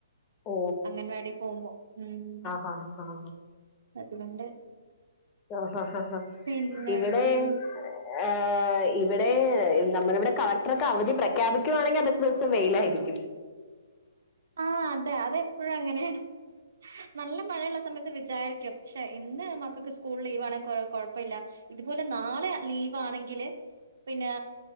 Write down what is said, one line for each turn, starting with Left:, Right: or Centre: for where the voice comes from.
Left: ഓ
Right: അങ്ങൻവാടി പോവുമ്പോ ഉം
Left: അഹ് ഹാ ഹാ
Right: അതുകൊണ്ട്
Left: ആഹ ഹ ഹ
Right: പിന്നെ
Left: ഇവിടെ
Right: ഉം
Left: ആഹ <unintelligible> ഇവിടെ നമ്മള ഇവിടെ കളക്ടറ ഒക്കെ അവധി പ്രഖ്യാപിക്കുകവാണെങ്കിൽ അന്നത്തെ ദിവസം വെയിലായിരിക്കും
Right: <unintelligible> <inaudible> ആഹ അതെ അതെപ്പോഴും അങ്ങനെയാണ് നല്ല മഴയുള്ള സമയത്ത് വിചാരിക്കും പക്ഷെ ഇന്ന് മക്കൾക്ക് സ്കൂൾ ലീവ് ആണൻ കൊ കുഴപ്പമ ഇില്ല ഇതുപോലെ നാളെ ലീവ് ആണെങ്കില് പിന്നെ